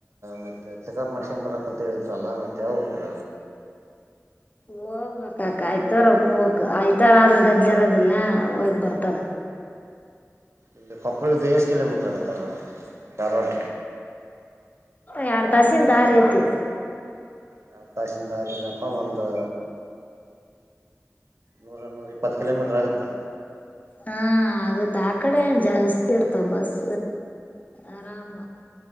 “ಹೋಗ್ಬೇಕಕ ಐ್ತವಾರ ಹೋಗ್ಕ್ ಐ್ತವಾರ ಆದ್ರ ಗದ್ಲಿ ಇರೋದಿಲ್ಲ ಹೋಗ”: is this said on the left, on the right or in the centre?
Left